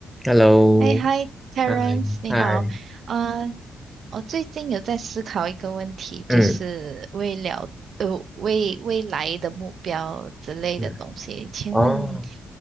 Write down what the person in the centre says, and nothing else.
Hello，
嗨
嗨，
嗯嗯，
哦，